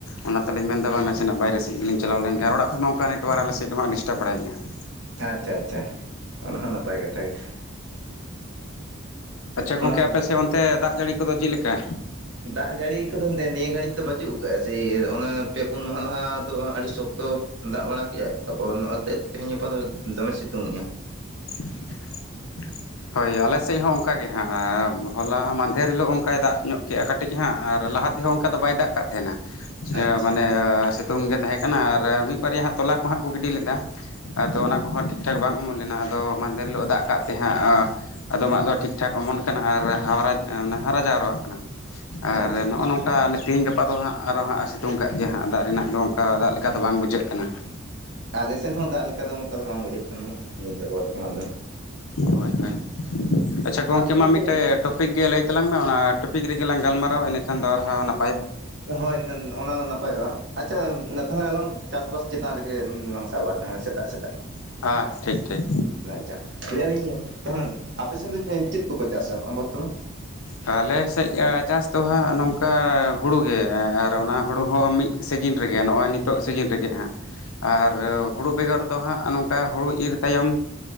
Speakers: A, on the left (about 85°); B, on the right (about 55°).
A: ᱚᱱᱟᱛᱮᱞᱤᱧ ᱢᱮᱱ ᱮᱫᱟ ᱵᱟᱝ ᱱᱟᱥᱮᱱᱟᱜ ᱵᱟᱭᱨᱮ ᱥᱮᱫ ᱞᱮᱞᱤᱧ ᱪᱟᱞᱟᱣ ᱞᱮᱱ ᱜᱮ ᱨᱚᱲ ᱟᱠᱷᱚᱡ ᱢᱟ ᱚᱱᱠᱟ ᱱᱮᱴᱣᱟᱨᱠ ᱟᱞᱮ ᱥᱮᱫ ᱫᱚ ᱦᱚᱸᱜ ᱰᱤᱥᱴᱟᱵ ᱵᱟᱲᱟᱭ ᱜᱮᱭᱟ <inaudible>
B: ᱟᱪᱪᱷᱟ ᱟᱪᱪᱷᱟ ᱚᱱᱟ ᱦᱚ ᱱᱟᱯᱟᱭ ᱠᱟᱛᱷᱟ ᱜᱮ
A: ᱟᱪᱪᱷᱟ
B: ᱢᱟ
A: ᱜᱚᱝᱠᱮ ᱟᱯᱮᱥᱮᱫ ᱚᱱᱛᱮ ᱫᱟᱜ ᱡᱟᱹᱲᱤ ᱠᱚᱫᱚ ᱪᱮᱫ ᱞᱮᱠᱟ᱾
B: ᱫᱟᱜ ᱡᱟᱹᱲᱤ ᱠᱚᱫᱚ ᱱᱤᱭᱟᱹ ᱜᱷᱟᱹᱲᱤᱡ ᱫᱚ ᱯᱟᱪᱩᱜ ᱠᱟᱜᱼᱟ ᱥᱮ ᱚᱱᱟ ᱯᱮ ᱯᱩᱱ ᱢᱟᱦᱟ ᱞᱟᱦᱟ ᱫᱚ ᱟᱹᱰᱤ ᱥᱚᱠᱛᱚ ᱫᱟᱜ ᱵᱟᱲᱟ ᱠᱮᱫᱟᱭ ᱛᱟᱨᱯᱚᱨ ᱱᱚᱜᱼᱚᱭᱛᱮ ᱛᱮᱦᱮᱧ ᱜᱟᱯᱟ ᱫᱚ ᱫᱚᱢᱮ ᱥᱤᱛᱩᱝᱮᱜᱼᱟᱭ᱾
A: <unintelligible> ᱦᱳᱭ ᱟᱞᱮᱥᱮᱫ ᱦᱚᱸ ᱚᱱᱠᱟᱟᱮ ᱦᱟᱸᱜ ᱦᱚᱞᱟ ᱢᱟᱫᱷᱮᱨ ᱦᱤᱞᱳᱜ ᱚᱱᱠᱟᱭ ᱫᱟᱜ ᱧᱚᱜ ᱠᱮᱫᱼᱟ ᱠᱟᱹᱴᱤᱡ᱾ ᱠᱟᱹᱴᱤᱡ ᱦᱟᱸᱜ ᱟᱨ ᱞᱟᱦᱟ ᱛᱮᱦᱚᱸ ᱚᱱᱠᱟ ᱫᱚ ᱵᱟᱭ ᱫᱟᱜ ᱠᱟᱜ ᱛᱟᱦᱮᱱᱟ,
B: ᱟᱪᱪᱷᱟ
A: ᱢᱟᱱᱮ ᱥᱤᱛᱩᱝ ᱜᱮ ᱛᱟᱦᱮᱸ ᱠᱟᱱᱟ, ᱟᱨ ᱢᱤᱫ ᱵᱟᱨᱭᱟ ᱦᱟᱸᱜ ᱛᱚᱞᱟ ᱠᱚ ᱦᱟᱸᱜ ᱠᱚ ᱜᱤᱰᱤ ᱞᱮᱫᱟ᱾ ᱟᱫᱚ ᱚᱱᱟ ᱠᱚᱦᱚᱸ ᱴᱷᱤᱠᱴᱷᱟᱠ ᱵᱟᱝ ᱚᱢᱚᱱ ᱞᱮᱱᱟ ᱟᱫᱚ ᱢᱟᱫᱮᱨ ᱦᱤᱞᱳᱜ ᱫᱟᱜ ᱠᱟᱜ ᱛᱮ ᱦᱟᱸᱜ ᱟᱫᱚᱢᱟᱜ ᱫᱚ ᱴᱷᱤᱠᱴᱷᱟᱠ ᱚᱢᱚᱱ ᱠᱟᱱᱟ ᱟᱨ ᱦᱟᱣᱨᱟᱡ ᱦᱟᱨᱟ ᱡᱟᱣᱨᱟᱜ ᱠᱟᱱᱟ ᱟᱨ
B: ᱟᱪᱪᱷᱟ
A: ᱱᱚᱜᱼᱚ ᱱᱚᱝᱠᱟ ᱚᱱᱠᱟᱮ ᱛᱮᱦᱮᱧ ᱜᱟᱯᱟ ᱫᱚ ᱦᱟᱸᱜ ᱟᱨᱚ ᱦᱟᱸᱜ ᱥᱤᱛᱩᱝ ᱠᱫ ᱜᱮᱭᱟ ᱦᱟᱸᱜ ᱫᱟᱜ ᱨᱮᱱᱟᱜ ᱫᱚ ᱚᱱᱠᱟ ᱫᱟᱜ ᱞᱮᱠᱟ ᱫᱚ ᱵᱟᱝ ᱵᱩᱡᱷᱟᱹᱜ ᱠᱟᱱᱟ᱾
B: ᱟᱞᱮ ᱥᱮᱫ ᱦᱚᱸ ᱫᱟᱜ ᱞᱮᱠᱟ ᱫᱚ ᱚᱱᱠᱟ ᱫᱚ ᱵᱟᱝ ᱵᱩᱡᱷᱟᱹᱜ ᱠᱟᱱᱟ ᱦᱟᱜ ᱱᱤᱛᱚᱜ ᱵᱚᱨᱛᱚᱢᱟᱱ ᱫᱚ
A: ᱦᱳᱭ ᱦᱳᱭ ᱜᱚᱢᱠᱮ
B: ᱟᱪᱪᱷᱟ
A: ᱢᱟ
B: ᱜᱚᱝᱠᱮ
A: ᱢᱤᱫᱴᱮᱡ
B: <unintelligible>
A: ᱴᱚᱯᱤᱠ ᱜᱮ ᱞᱟᱹᱭ ᱛᱟᱞᱟᱝ ᱢᱮ ᱚᱱᱟ ᱴᱚᱯᱤᱠ ᱨᱮᱜᱮᱞᱟᱝ ᱜᱟᱞᱢᱟᱨᱟᱣᱟ᱾ ᱤᱱᱟᱹᱠᱷᱟᱱ ᱫᱚ ᱟᱨᱦᱚᱸ ᱚᱱᱟ
B: ᱦᱳᱭ ᱚᱱᱟ ᱫᱚ ᱱᱟᱯᱟᱭᱚᱜᱼᱟ ᱟᱪᱪᱷᱟ ᱛᱟᱦᱚᱞᱮ ᱟᱞᱟᱝ ᱪᱟᱥᱵᱟᱥ ᱪᱮᱛᱟᱱ ᱨᱮᱜᱮ ᱞᱟᱝ ᱪᱟᱵᱟ ᱛᱟᱦᱮᱱᱟ ᱥᱮᱛᱟᱜ ᱥᱮᱛᱟᱜ
A: ᱦᱮᱸ ᱴᱷᱤᱠ ᱴᱷᱤᱠ
B: ᱟᱪᱪᱷᱟ ᱞᱟᱹᱭᱟᱞᱤᱧ ᱛᱟᱦᱮ ᱟᱯᱮᱥᱮᱱ ᱫᱚ ᱪᱮᱫ ᱠᱚᱠᱚ ᱪᱟᱥᱟ ᱵᱚᱨᱛᱚᱢᱟᱱ?
A: ᱟᱞᱮ ᱥᱮᱫ ᱪᱟᱥ ᱫᱚ ᱦᱟᱸᱜ ᱱᱚᱝᱠᱟ ᱦᱩᱲᱩ ᱜᱮ, ᱟᱨ ᱚᱱᱟ ᱦᱩᱲᱩ ᱦᱚᱸ ᱢᱤᱫ ᱥᱤᱡᱤᱱ ᱨᱮᱜᱮ ᱱᱚᱜᱼᱚᱭ ᱱᱤᱛᱚᱜ ᱥᱤᱡᱤᱱ ᱨᱮᱜᱮ ᱦᱟᱸᱜ᱾ ᱟᱨ ᱦᱩᱲᱩ ᱵᱮᱜᱚᱨ ᱫᱚ ᱦᱟᱸᱜ ᱱᱚᱝᱠᱟ ᱦᱳᱲᱩ ᱤᱨᱻ ᱛᱟᱭᱚᱢ